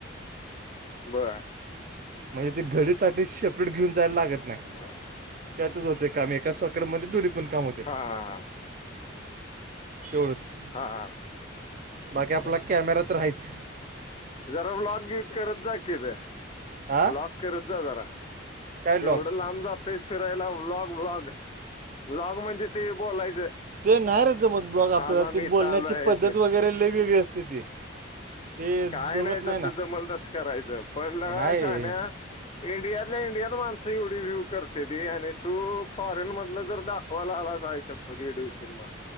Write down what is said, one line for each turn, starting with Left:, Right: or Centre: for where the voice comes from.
Left: बरं
Right: म्हणजे ते घडीसाठी शेपरेट घेऊन जायला लागत नाही
Left: बर
Right: त्यातच होते काम एका सकाळमध्ये दधोडी पण काम होते
Left: हा हा
Right: तेवढच
Left: हा हा
Right: बाकी आपला
Left: बर
Right: कॅमेरा तर राच
Left: जरा ब्लॉक करत जा किथ
Right: हा
Left: ब्लॉक करत जा जरा
Right: काय लॉक
Left: एवढं लांब जातयस फिरायला व्लॉग व्लॉग व्लॉग म्हणजे ते बोलायचं
Right: ते नाही रे ज मत ब्लॉग आपल्याला
Left: आज आम्ही
Right: ते
Left: इथं
Right: बोलण्याची
Left: आलोय
Right: पद्धत
Left: ते
Right: वगैरे वेगवेगळी असते ती ते
Left: काय
Right: जमत
Left: नाही जसं
Right: ना
Left: जमल तसं करायचं पण ल
Right: नाही
Left: शान इंडियातल्या इंडियात माणसं एवढी व्हू करते ती आणि तू फॉरेन मधलं जर दाख होलाला सयश पलीडतील मा